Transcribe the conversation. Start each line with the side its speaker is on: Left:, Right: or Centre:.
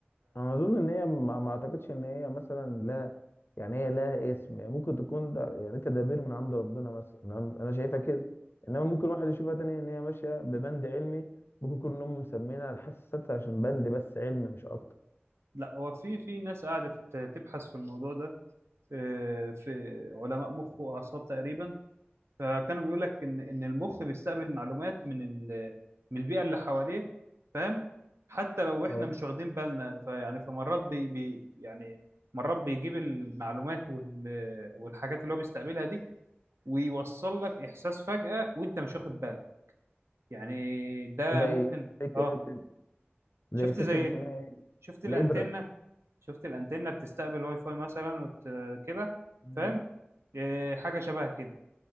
Left: انا اظن ان هي ما ما اعتقدش ان هي مثلا لا يعني هي لها اسم يعني ممكن تكون ده يعني تدابير من عند ربنا مثلا انا أنا شايفها كده انما ممكن واحد يشوفها تاني ان هي ماشيه ببند علمي ممكن يكون هم مسمينها الحاسه السادسه عشان بند بس علمي مش اكتر
Right: لا هو في في ناس قعدت تبحث في الموضوع ده آه، في علماء مخ واعصاب تقريبا فكانوا بيقول لك ان ان المخ بيستقبل معلومات من ال... من البيئه اللي حواليه فاهم حتى لو احنا
Left: اه
Right: مش واخدين بالنا فيعني فمرات بي... بي... يعني مرات بيجيب المعلومات وال... والحاجات اللي هو بيستقبلها دي ويوصل لك احساس فجأة وانت مش واخد بالك يعني ده
Left: زي
Right: ممكن
Left: فكره
Right: اه
Left: زي
Right: شفت
Left: فكره
Right: زي إيه؟
Left: اسمها ايه
Right: شفت الانتنه
Left: الابره
Right: شفت الانتنه بتستقبل واي فاي مثلا وت... كده
Left: مم.
Right: فاهم إيه، حاجه شبه كده